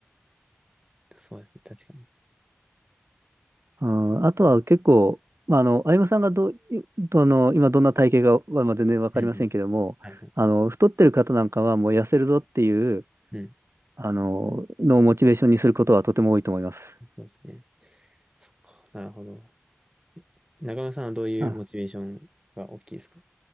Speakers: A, on the right; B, on the right.
A: そうですね。確かに。
B: うん、あとは結構、
A: うん。
B: まあ、あの、歩夢さんがどう、いどの、今どんな体型が、はまあ全然わかりませんけども、
A: うん。はいはい。
B: あの、太ってる方なんかはもう痩せるぞっていう、
A: うん。
B: あの、のをモチベーションにすることはとても多いと思います。
A: そうですね。そっか。なるほど。中村さんはどういうモチベーションが大きいですか
B: あ、